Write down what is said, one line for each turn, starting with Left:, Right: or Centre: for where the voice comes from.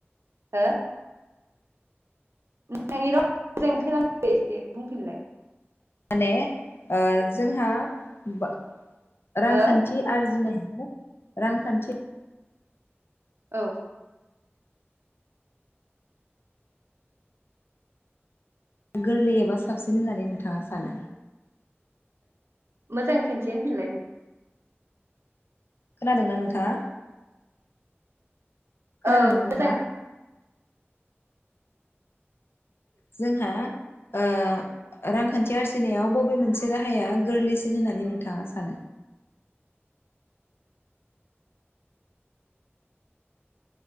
Right: हो नोंनि राव मोजां खोनायाखै एसे बुंफिनलाय
Left: माने ओ जोंहा बा रांखान्थि
Right: हो
Left: आरजिनाय हो रांखान्थि
Right: औ
Left: गोरलै एबा साबसिन होननानै नोंथाङा सानो
Right: मोजां खिनसे होनफिनलाय
Left: खोनादोंना नोंथाङा खोनादोंना
Right: औ
Left: नोंथाङा
Right: मोजां
Left: जोंहा ओ रांखान्थि आरजिनायाव बबे मोनसे राहाया गोरलैसिन होननानै नोंथाङा सानो